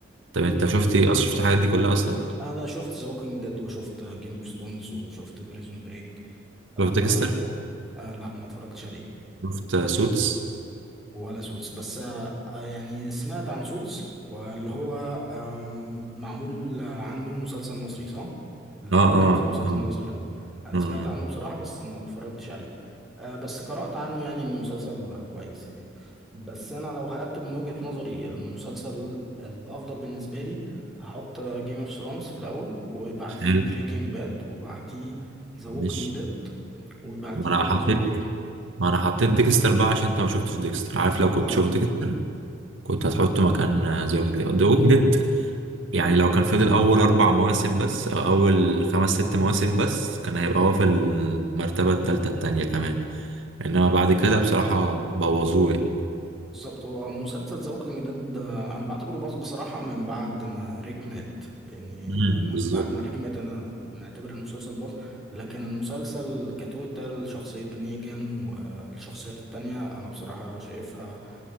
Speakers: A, on the right (about 80°); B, in the centre.
A: طب انت شفت ايه اصلا شفت الحاجات دي كلها اصلا؟
B: انا شفت ذا ووكينج ديد وشفت جيم اوف ثرونز وشفت بريزون بريك آه
A: شفت ديكستر؟
B: آه لا ما اتفرجتش عليه
A: شفت سوتس؟
B: ولا سوتس بس آه، آه، يعني سمعت عن سوتس واللي هو آم، معمول عنه مسلسل مصري صح؟ اللي
A: اه
B: هو كان
A: اه
B: فيه مسلسل
A: اه
B: مصري اه انا
A: آه.
B: سمعت عنه بصراحة بس ما اتفرجتش عليه آه، بس قرأت عنه يعني إن المسلسل كويس يعني بس انا لو هرتب من وجهة نظري المسلسل الافضل بالنسبة لي هحط جيم اوف ثرونز في الاول وبعديه
A: آه.
B: بريكنج باد وبعديه ذا ووكينج
A: مش
B: ديد وبعديه
A: ما انا
B: بريزون
A: حطيت
B: بريك
A: ما انا حطيت ديكستر بقى عشان انت ما شفتش ديكستر عارف لو كنت
B: اه
A: شفت ديكستر كنت هتحطه مكان ذا ووكينج ديد ذا ووكينج ديد يعني لو كان فضل اول اربع مواسم بس او اول خمس ست مواسم بس كان هيبقى هو في المرتبه الثالثه التانية كمان انما بعد كده بصراحه بوظوه يعني
B: بالظبط هو مسلسل ذا ووكينج ديد انا بعتبره باظ بصراحه من بعد ما ريك مات يعني
A: امم
B: من
A: بالظبط
B: بعد ما ريك مات انا معتبر المسلسل باظ لكن المسلسل كتوتال شخصيه نيجان والشخصيات التانية انا بصراحه شايفها